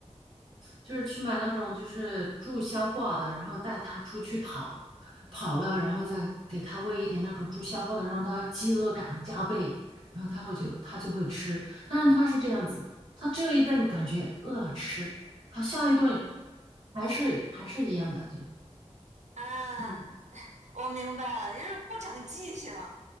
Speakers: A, on the right; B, on the right.
A: 就是去买那种就是助消化的，然后带它出去跑，跑了，然后再给它喂一点那种助消化的，让它饥饿感加倍，然后它会就它就会吃。但是它是这样子，它这一顿感觉饿了吃，它下一顿还是还是一样的，就
B: 啊，
A: 嗯，
B: 我明白了，就是不长记性。